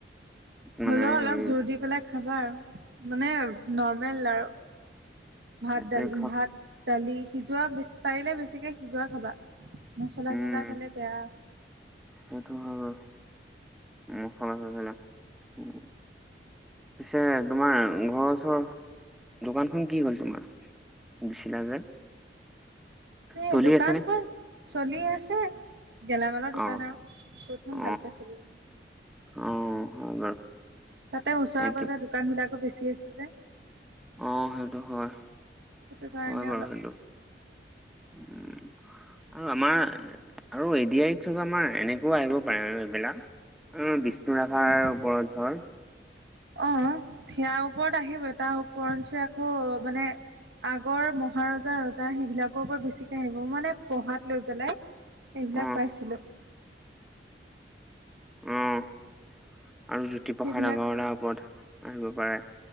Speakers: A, on the right; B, in the centre.
A: হ'লেও
B: মানে হেৰি
A: অলপ জোৰ দি পেলাই খাবা আৰু মানে নৰ্মেল আৰু। ভাত
B: এইটোৱে
A: - দালি,
B: খাচ
A: ভাত - দালি সিজোৱা বেছি পাৰিলে বেছিকে সিজোৱা খাবা। মচলা
B: উম
A: - চছলা খালে বেয়া।
B: সেইটো হয় বাৰু, মুখলে গ'লেনা ও পিছে তোমাৰ ঘৰৰ ওচৰ, দোকানখন কি হ'ল তোমাৰ? দিছিলা যে?
A: এ
B: চলি
A: দোকানখন
B: আছে নে?
A: চলি আছে। গেলামালৰ দোকান
B: অ
A: আৰু ক'তনো
B: অ
A: ভালকে চলিব।
B: অ হয়
A: তাতে
B: সেইটো
A: ওচৰে পাজৰে
B: বাৰু।
A: দোকান বিলাকো বেছি আছে যে।
B: অ, সেইটো হয়।
A: সেইটো কাৰণে
B: হয় বাৰু
A: অলপ
B: সেইটো উম আৰু আমাৰ আৰু এ ডি আৰ ইত চব আমাৰ এনেকুৱা আহিব পাৰে এইবিলাক। অ, বিষ্ণু ৰাভাৰ
A: কেনেকুৱা
B: ওপৰত ধৰ
A: অ, সেয়াৰ ওপৰত আহিবই তাৰ ওপৰঞ্চি আকৌ মানে আগৰ মহাৰজা ৰজাৰ সেইবিলাকো বৰ বেছিকে আহিব মানে পঢ়াত লৈ পেলাই এইবিলাক
B: অ
A: পাইছিলোঁ।
B: অ আৰু জ্যোতিপ্ৰসাদ
A: সেইবিলাক
B: আগৰৱাৰ ওপৰত আহিব পাৰে।